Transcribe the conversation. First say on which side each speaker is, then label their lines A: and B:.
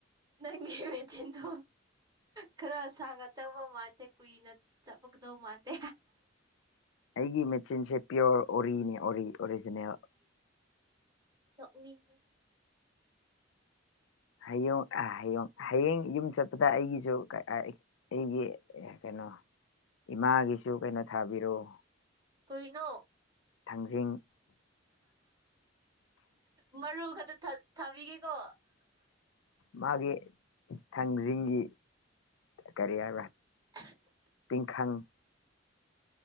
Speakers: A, on the right; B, on the left.
A: ꯅꯪꯒꯤ ꯃꯦꯆꯤꯟꯗꯣ ꯈꯔ ꯁꯥꯡꯅ ꯆꯪꯕ ꯃꯥꯟꯗꯦ ꯀꯨꯏꯅ ꯆꯠꯄꯒꯗꯧ ꯃꯥꯟꯗꯦ
B: ꯑꯩꯒꯤ ꯃꯦꯆꯤꯟꯁꯦ ꯄꯤꯌ ꯑꯣꯔꯤꯅꯦ ꯑꯣꯔꯤ ꯑꯣꯔꯤꯖꯤꯅꯦꯜ
A: ꯅ ꯎꯦ
B: ꯍꯌꯡ ꯑ ꯍꯌꯡ ꯍꯌꯦꯡ ꯌꯨꯝ ꯆꯠꯄꯗ ꯑꯩꯒꯤꯁꯨ ꯑꯩꯒꯤ ꯀꯩꯅꯣ ꯏꯃꯥꯒꯤꯁꯨ ꯀꯩꯅꯣ ꯊꯥꯕꯤꯔꯛꯑꯣ
A: ꯀꯨꯏꯅꯣ
B: ꯊꯥꯡꯖꯤꯡ
A: ꯃꯔꯨ ꯈꯛꯇ ꯊ ꯊꯕꯤꯒꯦꯀꯣ
B: ꯃꯥꯒꯤ ꯊꯥꯡꯁꯤꯡꯒꯤ ꯀꯔꯤ ꯍꯥꯏꯕ
A: <inaudible>
B: ꯄꯤꯡꯈꯪ